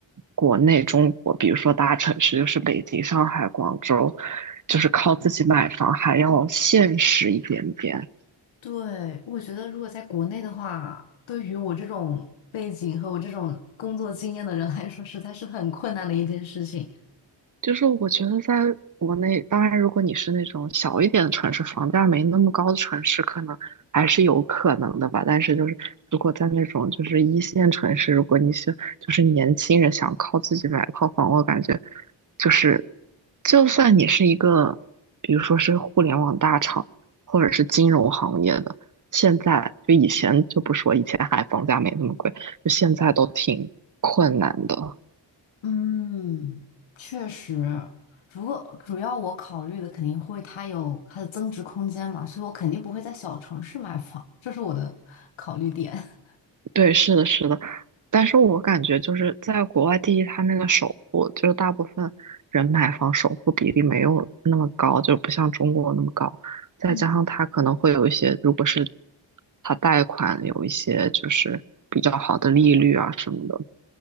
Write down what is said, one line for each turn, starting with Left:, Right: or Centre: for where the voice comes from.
Right: 国内中国，比如说大城市，就是北京、上海、广州，就是靠自己买房还要现实一点点。
Left: 对，我觉得如果在国内的话，对于我这种背景和我这种工作经验的人来说，实在是很困难的一件事情。
Right: 就是我觉得在国内，当然如果你是那种小一点的城市，房价没那么高的城市，可能还是有可能的吧。但是就是如果在那种就是一线城市，如果你是就是年轻人想靠自己买套房，我感觉就是就算你是一个，比如说是互联网大厂或者是金融行业的，现在就以前就不说，以前还房价没那么贵，就现在都挺困难的。
Left: 嗯，确实，主主要我考虑的肯定会它有它的增值空间嘛，所以我肯定不会在小城市买房，这是我的考虑点。<laughs>
Right: 对，是的，是的，但是我感觉就是在国外，第一，它那个首付，就是大部分人买房首付比例没有那么高，就不像中国那么高。再加上它可能会有一些，
Left: 嗯，
Right: 如果是它贷款有一些就是比较好的利率啊什么的，